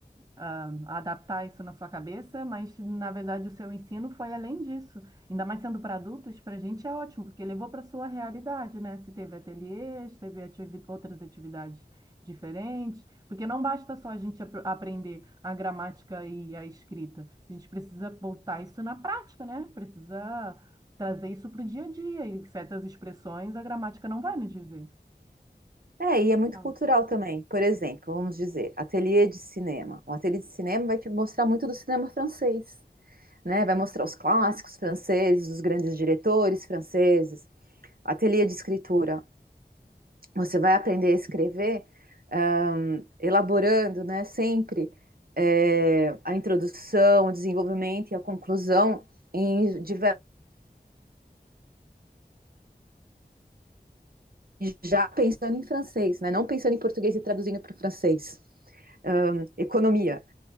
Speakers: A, on the right; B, on the right.
A: ah, adaptar isso na sua cabeça, mas na verdade o seu ensino foi além disso. Ainda mais sendo para adultos, para a gente é ótimo, porque levou para a sua realidade, né? Se teve ateliês, teve ativi- outras atividades diferentes. Porque não basta só a gente apr- aprender a gramática e a escrita. A gente precisa botar isso na prática, né? Precisa trazer isso para o dia a dia. E certas expressões a gramática não vai nos dizer.
B: É, e
A: Legal.
B: é muito cultural também. Por exemplo, vamos dizer, ateliê de cinema. Um ateliê de cinema vai te mostrar muito do cinema francês, né? Vai mostrar os clássicos franceses, os grandes diretores franceses. Ateliê de escritura. Você vai aprender a escrever, ahn, elaborando, né, sempre é, a introdução, o desenvolvimento e a conclusão em diver- já pensando em francês, né? Não pensando em português e traduzindo para o francês. Ahn, economia.